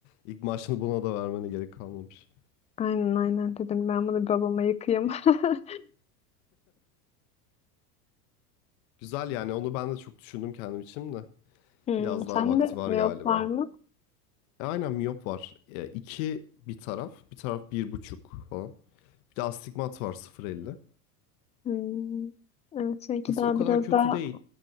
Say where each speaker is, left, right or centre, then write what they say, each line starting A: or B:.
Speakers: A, on the left (about 60°); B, on the left (about 15°).
A: ilk maaşını buna da vermene gerek kalmamış.
B: Aynen aynen dedim. Ben bunu babama yıkayayım. <laughs>
A: Güzel yani onu ben de çok düşündüm kendim için de.
B: Hmm,
A: Biraz daha
B: sen
A: vakti
B: de
A: var
B: miyop
A: galiba.
B: var mı?
A: E, aynen miyop var. E, iki bir taraf, bir taraf bir buçuk falan. Bir de astigmat var 0.50.
B: Hmm, evet belki
A: Aslında
B: daha
A: o kadar
B: biraz
A: kötü
B: daha
A: değil.